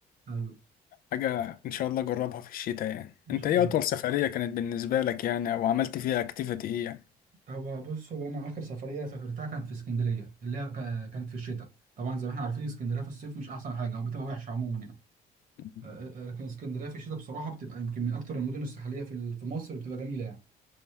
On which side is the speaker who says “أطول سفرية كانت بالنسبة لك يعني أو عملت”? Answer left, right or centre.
Left